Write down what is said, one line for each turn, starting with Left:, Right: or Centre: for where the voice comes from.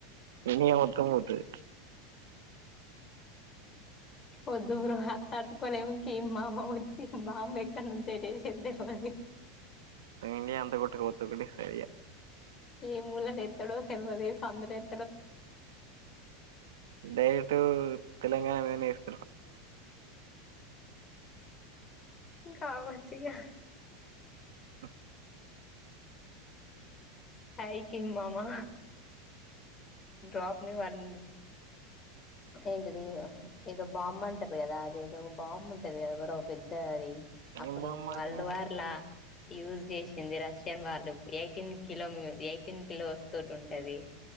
Right: ఇండియా మొత్తం పోతది.
Left: ఒద్దు బ్రో తట్టుకోలేం కిమ్ మామ వచ్చి బాంబ్ ఏ ఎక్కనుంచి ఎటు ఏసేది తెలవది.
Right: మొత్తం ఇండియా అంత కోట్టుకపోతది ఒకటే సారి ఇగా.
Left: ఏ మూలలేత్తడో తెలవది ఎసందులో ఎ
Right: డైరెక్ట్ తెలంగాణ మీదనే ఏస్
Left: కావచ్చు ఇగా.
Right: ఆ
Left: హాయ్ కిమ్ మామా డ్రాప్ మీ వన్ ఏంటిది ఏదో బాంబ్ అంటరు కదా. అది ఏదో బాంబు ఉంటది కదా ఎవరో పెద్ద అది అప్పుడు
Right: ఏం బాంబు
Left: వరల్డ్
Right: అది
Left: వర్లా యూజ్ చేసింది రష్యన్ వాళ్ళు ఎయిటీన్ కిలోమీ ఎయిటీన్ కిలోస్ తోటి ఉంటది.